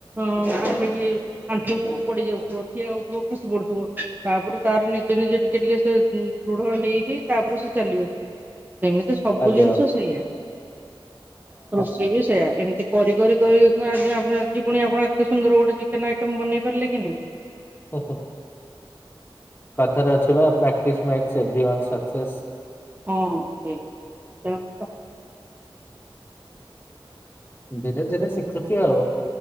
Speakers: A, on the right; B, on the left.
A: ଆଣ୍ଠେଇ କି - ଆଣ୍ଠଉଥିବ ପଡି ଯାଉଥିବ ଠିଆ ହଉଥିବ ଖସି ପଡୁଥିବ ତାପରେ ତାର ନିଜେ ନିଜେ ଟିକେ ଟିକେ ସେ ଦୃଢ ହେଇ ହେଇ ତାପରେ ସେ ଚାଲିବେ ସେମିତି ସବୁ
B: ଆଜ୍ଞା
A: ଜିନିଷ
B: ହଁ।
A: ସେଇୟା। ରୋଷେଇ ବି ସେୟା ଏମତି କରି କରି କରି ଆଜି ପୁଣି ଆପଣ ଏତେ ସୁନ୍ଦର ଗୋଟେ ଚିକେନ୍ ଆଇଟମ୍ ବନେଇ ପାରିଲେ କି ନାଇଁ।
B: ହୁଁ ହୁଁ। କଥାରେ ଅଛି ପା practice makes every one success.
A: ହଁ ଠିକ୍ ତେଣୁ ପା
B: ଧୀରେ ଧୀରେ ଶିଖୁଛି ଆଉ।